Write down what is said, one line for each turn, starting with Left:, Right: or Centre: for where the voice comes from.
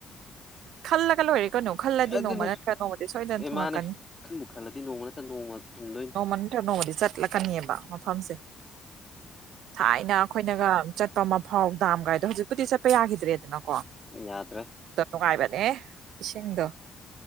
Right: ꯈꯜꯂꯒ ꯂꯣꯏꯔꯦ ꯀꯩꯅꯣ ꯈꯜꯂꯗꯤ
Left: ꯑꯗꯨꯅꯤ
Right: ꯅꯣꯡꯃ ꯅꯠꯇ꯭ꯔ ꯅꯣꯡꯃꯗꯤ ꯁꯣꯏꯗꯅ
Left: ꯑꯦ
Right: ꯊꯨꯡꯉꯛꯀꯅꯤ
Left: ꯃꯥꯅꯦ ꯈꯟꯕꯨ ꯈꯜꯂꯗꯤ ꯅꯣꯡꯃ ꯅꯠꯇ ꯅꯣꯡꯃ ꯊꯨꯡꯗꯣꯏꯅꯤ
Right: ꯅꯣꯡꯃ ꯅꯠꯇꯔ ꯅꯣꯡꯃꯗꯤ ꯆꯠꯂꯛꯀꯅꯤꯑꯕ ꯃꯐꯝꯁꯦ ꯊꯥꯏꯅ ꯑꯩꯈꯣꯏꯅꯒ ꯆꯠꯄ ꯃꯐꯥꯎ ꯗꯥꯝꯒꯥꯏꯗꯣ ꯍꯧꯖꯤꯛꯄꯨꯗꯤ ꯆꯠꯄ ꯌꯥꯈꯤꯗ꯭ꯔꯦꯗꯅ ꯀꯣ
Left: ꯌꯥꯗ꯭ꯔꯦ
Right: ꯑꯗ ꯅꯨꯡꯉꯥꯏꯕꯅꯦ ꯏꯁꯤꯡꯗꯣ